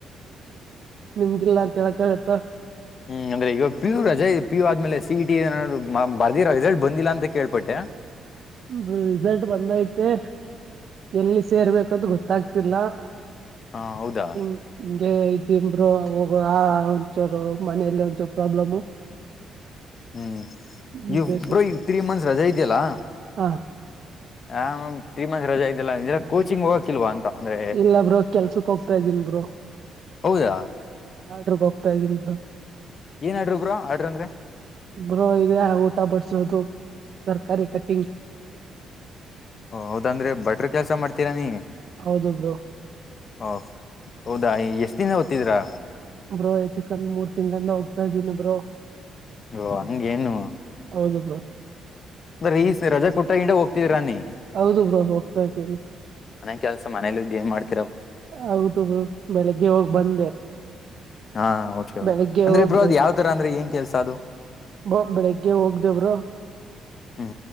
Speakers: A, on the right (about 60°); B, on the left (about 50°).
A: ನಿಮ್ಗೆಲ್ಲಾಂತಳ್ಕಾಗತ್ತ
B: ಹ್ಮ್ ಅಂದ್ರೆ ಇವಾಗ ಪಿ ಯು ರಜೆ ಪಿ ಯು ಆದ್ಮೇಲೆ ಸಿ ಇ ಟಿ ಏನಾದ ಬರ್ದಿ ರಿಸಲ್ಟ್ ಬಂದಿಲ್ಲ ಅಂತ ಕೇಳ್ಪಟ್ಟೆ.
A: ರಿಸಲ್ಟ್ ಬಂದೈತೆ ಎಲ್ಲಿ ಸೇರ್ಬೇಕಂತ ಗೊತ್ತಾಗ್ತಿಲ್ಲ. ಹ
B: ಹಾ ಹೌದಾ
A: ಹಂಗೆ ಇಂ್ರೂವ್ ಹೋಗುವ ಒಂಚೋರು ಮನೆಯಲ್ಲಿ ಒಂಚೂರು ಪ್ರಾಬ್ಲಮು
B: ಹ್ಮ್
A: ಹಂಗೆ
B: ಇವಬ್್ರೋ ಈ ತ್ರೀ ಮಂತ್ಸ್ ರಜೆಾ ಇದ್ಯಲ್ಲಾ
A: ಹಾ
B: ಹ್ ತ್ರರಿಮಂತ್ ರಜಾ ಇದ್ದಲ್ಲಲ್ಲ ಕೋಚಿಂಗ್ ಹೋಗಕಿಲ್ವಾ ಅಂತ ಅಂದ್ರೆ
A: ಇಲ್ಲ ಬ್ರೋ ಕೆಲ್ಸಕ್ ಹೋಗ್ತಾ ಇದ್ದೀನ್ಿ ಬ್ರರು
B: ಹೌದಾ
A: ಆಡ್ರ ಹೋಗ್ತ. ಗ ಇದಿನಿ ಬ
B: ಏನ್ ಆಡ್ರು ಬ್ರೋ ಆಡ್ರ ಅಂದ್ರೆ
A: ಬ್ರೋ ಇದೆ ಊಟಾ ಬರ್ಸದು ತರಕಾರಿ ಕಟ್ಟ
B: ಹೌದಂದ್ರೆ ಬಟ್ರ ಕೆಲ್ಸ ಮಾಡ್ತೀರ ನೀ
A: ಹೌದು ಬರು
B: ಹ ಹೌದಾ ಎಷ್ಟ ದಿನ ಓ್ತಿದ್ರಾ
A: ಬ್ರೋ ಹೆಚ್ಚು ಕಮ್ಮಿ ಮೂರ್ ತಿಂಗಳಿಂದ ಹೋಗ್ತಾ ಇದ್ದೀನೀ ಬ್ರೋ
B: ಓ ಹಂಗೇನು
A: ಹೌದುಬ್ರೋ
B: ಈ ರಜಾ ಕೋಟಾಗಿಂದ ಹೋಗ್ತಿದ್ರರನಿ
A: ಹೌದು ಬ್ರೋ ಹೋಗ್ತಾ ಇದೀವಿ
B: ಕೆಲಸ ಮನೇಲಿ ಇದ್ದ ಏನ್ ಮಾಡ್ತಿ
A: ಹೌದು ಬೆಳಿಗ್ಗೆ ಹೋಗ ಬಂದೆ
B: ಹಾ ಓಕೆ ಓಕೆ
A: ಬೆಳಗ್ಗೆ
B: ಅಂದ್ರೆ
A: ಹೋಗ್ದೆ
B: ಬ್ರೋ ಅದ್ ಯಾವ್ ತರ ಅಂದ್ರೆ ಏನ್ ಕೆಲ್ಸ ಅದು
A: ಬ್ರೋ ಬೆಳಿಗ್ಗೆ ಹೋದೆ ಬ್ರೋ
B: ಹ್ಮ್